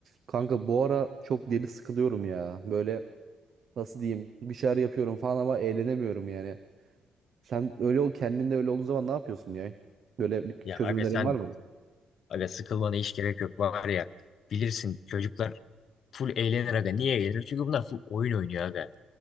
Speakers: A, on the right; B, on the left.
A: Kanka bu ara çok deli sıkılıyorum ya. Böyle nasıl diyeyim bir şeyler yapıyorum falan ama eğlenemiyorum yani. Sen öyle ol kendinde öyle olduğu zaman ne yapıyorsun ya? Böyle bir
B: Ya
A: çözüm
B: aga sen
A: var mı?
B: aga sıkılmana hiç gerek yok var ya bilirsin çocuklar full eğlenir aga niye eğlenir? Çünkü bunlar full oyun oynuyor aga.